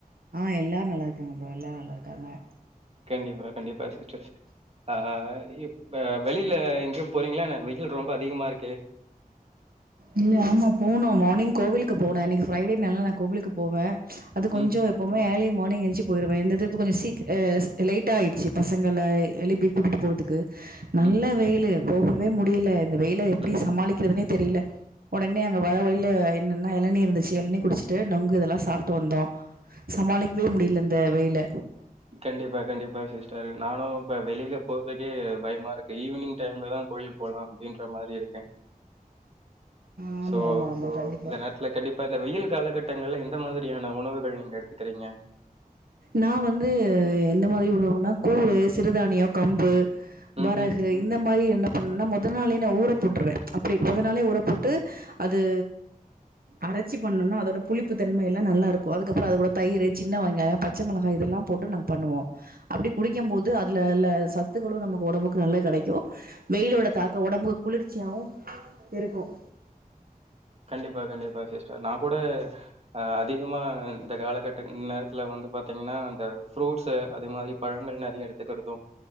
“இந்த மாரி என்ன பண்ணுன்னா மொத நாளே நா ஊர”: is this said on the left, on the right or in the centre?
Right